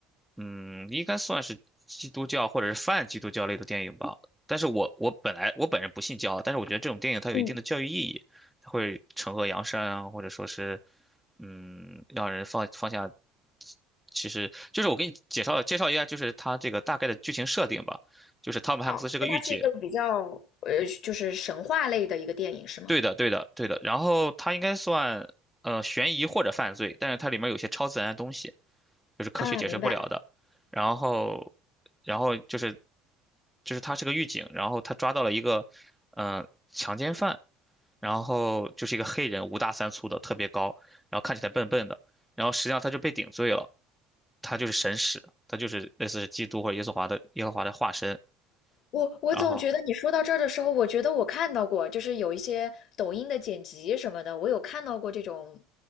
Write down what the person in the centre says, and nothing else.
嗯，应该算是基督教或者是泛基督教类的电影吧。但是我我本来我本人不信教啊，但是我觉得这种电影它有一定的教育意义，
它会惩恶扬善啊，或者说是，嗯，让人放放下。其实就是我给你介绍介绍一下，就是它这个大概的剧情设定吧。就是汤姆汉克斯是个御姐，
对的，对的，对的。然后它应该算呃悬疑或者犯罪，但是它里面有些超自然的东西，就是科学解释不了的。
然后，然后就是就是他是个狱警，然后他抓到了一个嗯、呃强奸犯，然后就是一个黑人，五大三粗的，特别高，然后看起来笨笨的，然后实际上他就被顶罪了，他就是神使，他就是类似是基督或者耶稣华的耶和华的化身。
然后